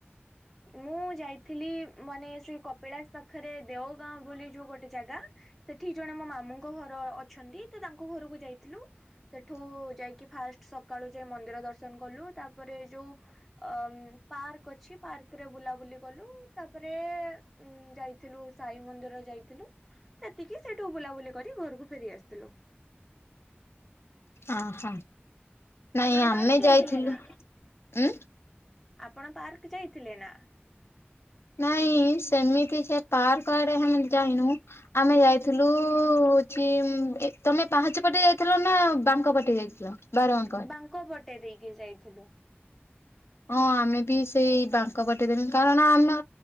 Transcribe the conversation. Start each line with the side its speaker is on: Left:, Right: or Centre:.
Centre: ମୁଁ ଯାଇଥିଲି ମାନେ ଶ୍ରୀକପିଳାସ ପାଖରେ ଦେଓଗାଁ ବୋଲି ଯୋଉ ଗୋଟେ ଜାଗା ସେଠି ଜଣେ ମୋ ମାମୁଙ୍କ ଘର ଅଛନ୍ତି ତ ତାଙ୍କ ଘରକୁ ଯାଇଥିଲୁ। ସେଠୁ ଯାଇକି ଫାଷ୍ଟ ସକାଳୁ ଯାଇଁ ମନ୍ଦିର ଦର୍ଶ ର୍ଶନ୍ କଲୁ ତାପରେ ଯୋଉ ଅ ପାର୍କ ଅଛି ପାର୍କରେ ବୁଲାବୁଲି କଲୁ ତାପରେ ଉଁ ଯାଇଥିଲୁ ସାଇ ମନ୍ଦିର ଯାଇଥିଲୁ ସେତିକି ସେଇଠୁ ବୁଲାବୁଲି କରି ଘରକୁ ଫେରି ଆସିଥିଲୁ।
Left: ଅହ। ନାଇଁ
Centre: ଆପଣ
Left: ଆମେ
Centre: ପାର୍କ
Left: ଯାଇଥିଲୁ
Centre: ଯାଇଥିଲେ ନା?
Left: ଉଁ
Centre: ଆପଣ ପାର୍କ ଯାଇଥିଲେ ନା?
Left: ନାଇଁ ସେମିତି ସେ ପାର୍କ ଆଡେ ଆମେମାନେ ଯାଇନୁ। ଆମେ ଯାଇଥିଲୁ
Centre: ଉହୁଁ।
Left: ହୋଉଚି କି ଉମ୍ ଏ ତମେ ପାହାଚି ପଟେ ଯାଇଥିଲ ନା ବାଙ୍କ ପଟେ ଯାଇଥିଲ? ବାରବାଙ୍କ
Centre: ଉଁ ବାଙ୍କ ପଟେ ଦେଇକି ଯାଇଥିଲୁ।
Left: ଅଁ ଆମେ ବି ସେଇ ବାଙ୍କ ପଟେ ଦେନୁ କାରଣ ଆମ